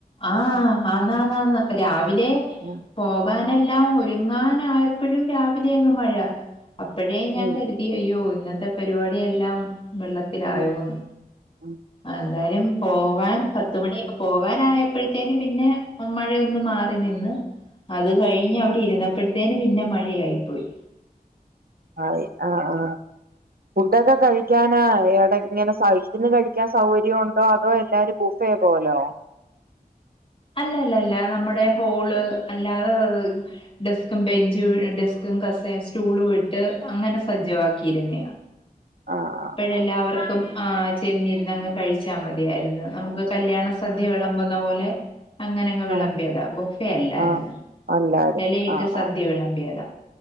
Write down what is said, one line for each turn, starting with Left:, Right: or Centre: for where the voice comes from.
Left: ആഹ് ആന്നാ ന്നാന്ന് രാവിലെ
Right: ഉം
Left: പോകാനെല്ലാം ഒരുങ്ങാനായപ്പഴും രാവിലെ അങ്ങ് മഴ അപ്പഴേ ഞാൻ
Right: ഉം
Left: കരുതി അയ്യയ്യോ ഇന്നത്തെ പരിപാടിയെല്ലാം വെള്ളത്തിലായോന്ന്
Right: ഉം ഉം
Left: എന്തായാലും പോകാൻ പത്തുമണി പോകാനായപ്പോഴത്തേനും പിന്നെ മഴയൊന്ന് മാറി നിന്ന് അത് കഴിഞ്ഞ് അവിടെയിരുന്നപ്പഴത്തേന് പിന്നെ മഴയായിപ്പോയി
Right: ആയി ആഹ് ആഹ് ഫുഡൊക്കെ കഴിക്കാനായ് അവിടെയിങ്ങനെ സൈഡിന്ന് കഴിക്കാൻ സൗകര്യവുണ്ടോ അതോ എല്ലാരും ബുഫേ പോലോ?
Left: അല്ല അല്ല അല്ല നമ്മടെ ഹോള് അല്ലാതെ ഡെസ്കും, ബെഞ്ച്, ഡെസ്ക്കും, കസ സ്റ്റൂളുവിട്ട് അങ്ങനെ സജ്ജവാക്കിയിരുന്നെയാ
Right: ആഹ്
Left: ഇപ്പോഴെല്ലാവർക്കും
Right: ആഹ്
Left: ആ ചെന്നിരുന്ന് അങ്ങ് കഴിച്ചാൽ മതിയായിരുന്നു നമുക്ക് കല്യാണ സദ്യ വിളമ്പുന്ന പോലെ അങ്ങനെ അങ്ങ് വിളമ്പിയതാ
Right: ആഹ്
Left: ബോഫെ അല്ലായിരുന്നു
Right: ആഹ് എല്ലാരും
Left: ഇലയിട്ട്
Right: ആഹ്
Left: സദ്യ വിളമ്പിയതാ